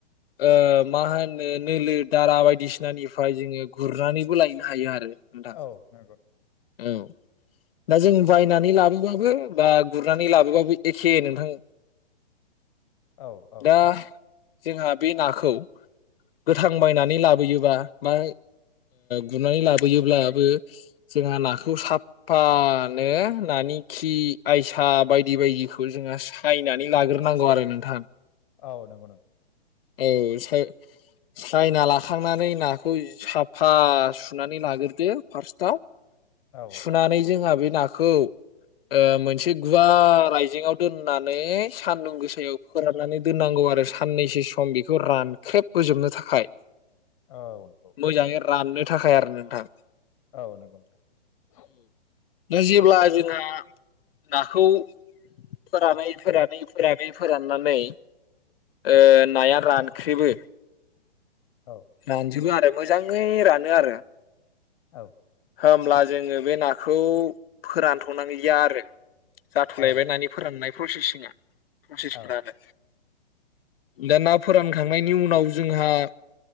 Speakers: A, on the left; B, on the left.
A: ओ मा होनो नोलो दारा बायदिसिनानिफ्राय जोङो गुरनानैबो लायनो हायो आरो। नोंथां
B: औ नंगौ ।
A: औ दा जों बायनानै लाबोबाबो बा गुरनानै लाबोबाबो एखे नोंथां।
B: औ औ।
A: दा जोंहा बे नाखौ गोथां बायनानै लाबोयोबा बा गुरनानै ओ लाबोयोब्लाबो। जोंहा नाखौ साफ फानो नानि खि आयसा बायदि बायदिखौ जोङो सायनानै। नै लाग्रोनांगौ आरो नोंथां।
B: औ नंगौ नंग
A: औ साय सायना लाखांनानै नाखौ साफा सुनानै लाग्रोदो फार्स्टआव।
B: नोंथां औ
A: सुनानै जोंहा बे नाखौ ओ मोनसे गुवार आयजेेंयाव दोननानै सानदुं गोसायाव फोराननानै दोननांगौ आरो साननैसो सम बेखौ रानख्रेबहोजोबनो थाखाय
B: औ नंगौ।
A: मोजाङै राननो थाखाय आरो नोंथां।
B: औ नंगौ नोंथां।
A: नों जेब्ला जोंहा नाखौ फोरानै फोरानै फोरानै फोराननानै। ओ
B: औ
A: नाया रान ख्रेबो।
B: औ
A: रानजुबो आरोब मोजाङै रानो आरो
B: औ
A: होमब्ला जोङो बे नाखौ फोरानथनांलिया आरो। जाथनायबाय
B: औ
A: नानि फोराननायेब प्रसेसिङा प्रसेसफ्रा
B: औ
A: आरो दानाब फोरानखांनायनि उनाव जोंहा